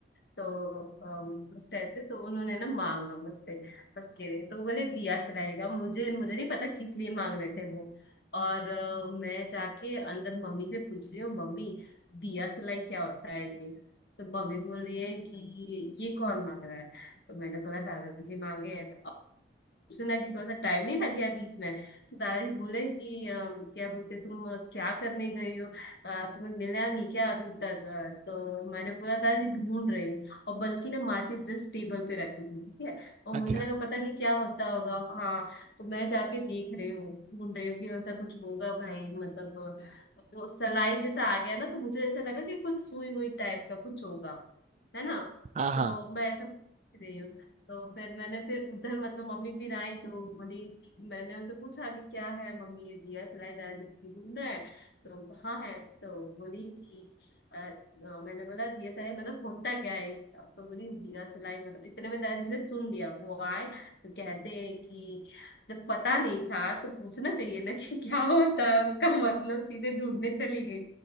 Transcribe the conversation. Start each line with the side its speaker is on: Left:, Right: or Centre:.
Left: तो अम, उस टाइप से तो उन्होंने ना मांगा मुझसे उसके लिए तो बोले दिया सलाई का मुझे मुझे नहीं पता किस लिए मांग रहे थे वो और अ, मैं जाके अंदर मम्मी से पूछ रही हूँ मम्मी दिया सलाई क्या होता है ये तो मम्मी बोल रही है कि ये कौन मांग रहा है तो मैंने बोला दादाजी मांगे हैं तो सोचने लगी थोड़ा सा टाइम नहीं लग गया बीच में तो दादाजी बोले कि अम, क्या बोलते तुम क्या करने गई हो अ, तुम्हें मिला नहीं क्या अभी तक अ, तो मैंने बोला दादाजी ढूंढ रही हूँ और बल्कि ना माचिस जस्ट टेबल पे रखी थी ठीक है और मुझे
Right: अच्छा
Left: लगा पता नहीं क्या होता होगा हाँ तो मैं जाके देख रही हूँ ढूंढ रही हूँ कि ऐसा कुछ होगा भाई मतलब वो सलाई जैसा आ गया ना तो मुझे ऐसा लगा कि कुछ सुई हुई टाइप का कुछ होगा है ना
Right: हाँ
Left: तो
Right: हाँ
Left: मैं ऐसा सोच रही हूँ तो फिर मैंने फिर उधर मतलब मम्मी फिर आई तो बोली मैंने उनसे पूछा कि क्या है मम्मी ये दिया सलाई दाल ढूंढ रहा है तो हाँ है तो बोली कि अ, अ, मैंने बोला दिया सलाई मतलब होता क्या है इसका?" तो बोली दिया सलाई मतलब इतने में दादाजी ने सुन लिया वो आए तो कहते हैं कि जब पता नहीं था तो पूछना चाहिए ना कि <laughs> क्या होता है उसका मतलब सीधे ढूंढने चली गई